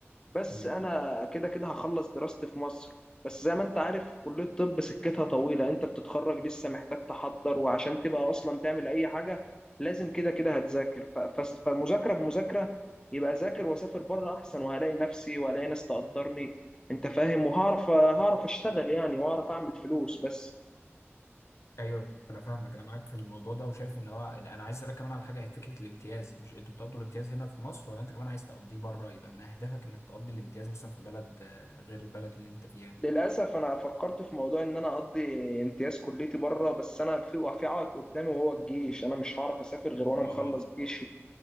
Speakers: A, on the left (about 15°); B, on the left (about 85°).
A: بس
B: مم.
A: انا كده كده هخلص دراستي في مصر بس زي ما انت عارف كلية الطب سكتها طويلة انت بتتخرج لسه محتاج تحضر وعشان تبقى اصلا تعمل اي حاجة لازم كده كده هتذاكر ف- ف- فمذاكرة بمذاكرة يبقى ذاكر واسافر بره احسن وهلاقي نفسي وهلاقي ناس تقدرني انت فاهم وهعرف هعرف اشتغل يعني واعرف اعمل فلوس بس
B: ايوه انا فاهمك انا معاك في الموضوع ده وشايف ان هو انا عايز اسالك كمان على حاجه هي فكره الامتياز مش انتوا بتقضوا الامتياز هنا في مصر ولا انت كمان عايز تقضيه بره يبقى من اهدافك انك تقضي الامتياز مثلا في بلد آه، غير البلد اللي انت فيها
A: للاسف انا فكرت في موضوع ان انا اقضي امتياز كليتي بره بس انا في في عائق قدامي وهو الجيش انا مش هعرف اسافر غير وانا
B: اه
A: مخلص جيشي